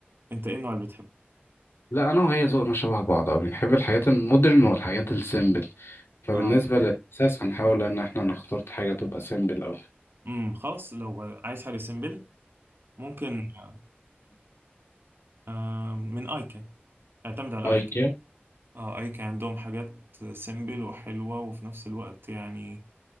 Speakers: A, on the right (about 65°); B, on the left (about 80°).
A: أنت إيه النوع اللي بتحبه؟
B: لا انا وهي ذوقنا شبه بعض او بنحب الحاجات المودرن والحاجات السيمبل فبالنسبه
A: آه
B: للاساس هنحاول ان احنا نختار حاجه تبقى سيمبل او
A: امم خلاص لو عايز حاجة سيمبل ممكن <clears throat> آه، آه، من أيكا اعتمد على
B: امم
A: ايكن اه ايكن عندهم حاجات سيمبل وحلوة وفي نفس الوقت يعني